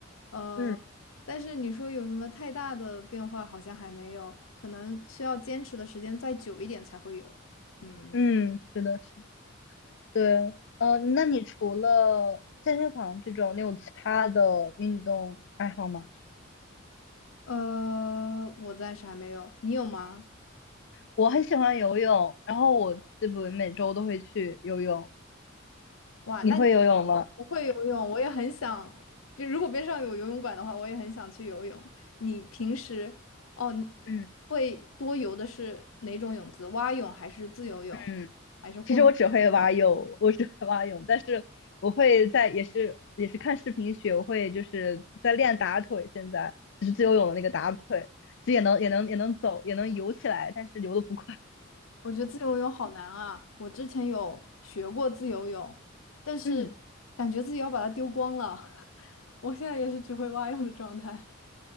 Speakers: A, on the left (about 80°); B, on the left (about 60°).
A: 呃，
B: 嗯
A: 但是你说有什么太大的变化，好像还没有，可能需要坚持的时间再久一点才会有。嗯，
B: 嗯，是的，是的对，呃，那你除了健身房这种，你有其他的运动爱好吗？
A: 呃，我暂时还没有，你有吗？
B: 我很喜欢游泳，然后我基本每周都会去游泳。
A: 哇，
B: 你会游泳吗？
A: 那你不会游泳，我也很想。就如果边上有游泳馆的话，我也很想去游泳。你平时哦，你
B: 嗯
A: 会多游的是哪种泳姿？蛙泳还是自由泳，
B: 嗯
A: 还是混合？
B: 其实我只会蛙泳，我只会蛙泳，但是我会在也是也是看视频学，我会就是在练打腿，现在就是自由泳的那个打腿，就也能也能也能走，也能游起来，但是游的不快。
A: 我觉得自由泳好难啊！我之前有学过自由泳，但是感觉自己要把它丢光了。
B: 嗯，
A: <laughs> 我现在也是只会蛙泳的状态。